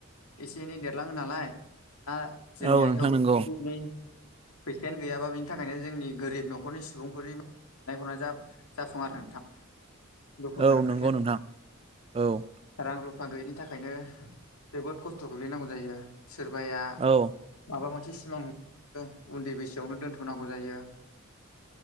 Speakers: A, on the left (about 85°); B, on the right (about 25°).
A: एसे एनै देरलाङो नालाय दा जोंनि
B: औ नोंथां
A: आखाइयावबो
B: नंगौ
A: <inaudible> एनै फैसायानो गैयाबा बिनि थाखायनो जोंनि गोरिब न'खरनि सुबुंफोरनि नायहरनाय जा-जाफुं आरो नोंथां। दुखु
B: औ
A: गोनां खोथाया
B: नंगौ नोंथां
A: <inaudible>
B: औ
A: रां रुफ फा गैयिनि थाखायनो जोबोद खस्थ' गोग्लैनांगौ जायो सोरबाया
B: औ
A: माबा मोनसे सिमां <inaudible> उन्दै बैसोआवनो दोनथ'नांगौ जायो।